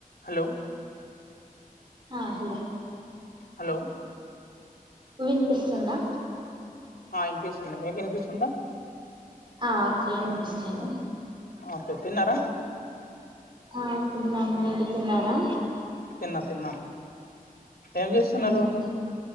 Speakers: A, on the left; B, on the right.
A: Hello
B: ఆ hello
A: hello
B: వినిపిస్తుందా?
A: ఆ అనిపిస్తుంది మీకు వినిపిస్తుందా?
B: ఆ ఓకే కనిపిస్తాను
A: ఓకే తిన్నారా?
B: ఆ తిన్నాం మీరు తిన్నారా?
A: తిన్నా తిన్నా ఏం చేస్తున్నారు?
B: ఉమ్,